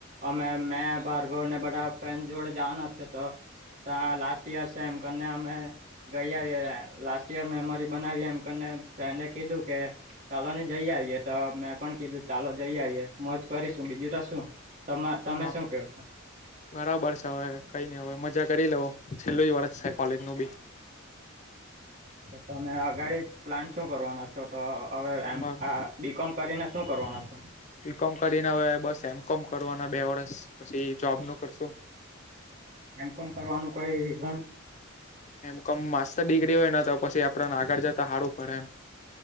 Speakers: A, on the right; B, on the left.
A: અમે મેં ભાર્ગવ ને બધા. ફ્રેન્ડ જોડે જવાના છે તો ત્યાં લાસ્ટ યર છે, એમ કરીને અમે. ગઈ આવીએ લાસ્ટ યર મેમરી બનાવીએ એમ કરી ફ્રેન્ડે કીધું કે.... ચાલો ને જઈ આવીએે તો મેં પણ કીધું ચાલો જઈ આવીએ મોજ કરીશું બીજું તો શું. તમે તમે
B: હ...
A: શું કેવો છો?
B: બરાબર છે હવે કઈ નઈ હવે મજા કરી લેવો છેલ્લું જ વર્ષ છે કોલેજ નું બી.
A: તમે અગાડી પ્લાન શું કરવાના છો, તો હવે એમ
B: અમારું
A: આ બી કોમ કરીને? શુ કરવાના છો?
B: બી કોમ કરીને હવે બસ એમ કોમ કરવાના બે વર્ષ પછી જોબ નું કરશું...
A: એમ કોમ કરવાનું કોઈ રીઝન?
B: એમ કોમ માસ્ટર ડિગ્રી હોય ને તો પછી આપણને આગળ જતા હારૂ પડે એમ.